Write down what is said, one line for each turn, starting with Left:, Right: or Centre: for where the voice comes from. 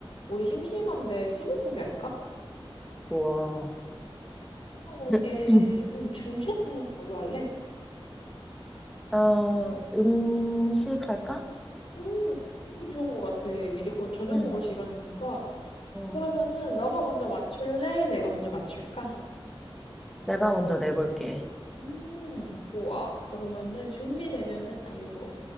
Left: 우리 심심한데 스무고개 할까?
Centre: 좋아.
Left: 스무고개
Centre: <clears throat>
Left: 음, 주제는 뭘로 할래?
Centre: 아, 음식 할까?
Left: 음, 음식 좋은 것 같아. 이제 곧 저녁
Centre: 응,
Left: 먹을 시간이니까.
Centre: 어,
Left: 그러면은 너가 먼저 맞출래? 내가 먼저 맞출까?
Centre: 내가 먼저 내볼게.
Left: 음, 좋아. 그러면은 준비되면은 알려줘.